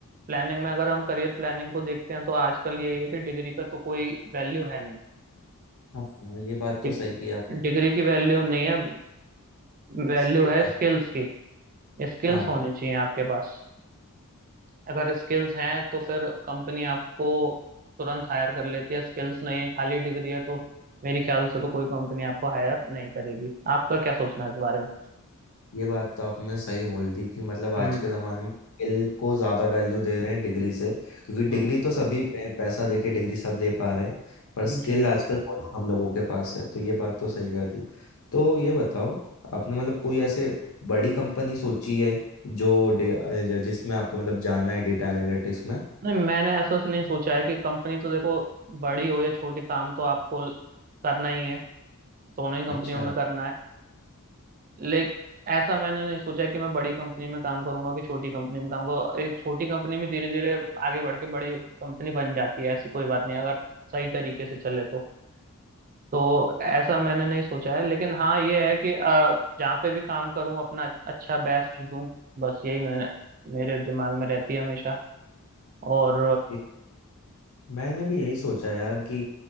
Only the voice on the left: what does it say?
हाँ ये बात तो
सही की आप
ठीक
है।
हाँ
ये बात तो आपने सही बोल दी कि मतलब आज
के ज़माने में स्किल को ज़्यादा वैल्यू दे रहे हैं डिग्री से क्योंकि डिग्री
तो सभी पे है, पैसा दे के डिग्री सब ले पा रहे हैं पर स्किल
आजकल बहुत हम लोगों के पास है तो ये बात तो सही कर दी तो ये बताओ आपने मतलब कोई ऐसे बड़ी कंपनी सोची है जो डे- अ, जिसमें आपको मतलब जाना है डेटा एनालिटिक्स में
अच्छा
ये- मैंने भी यही सोचा यार कि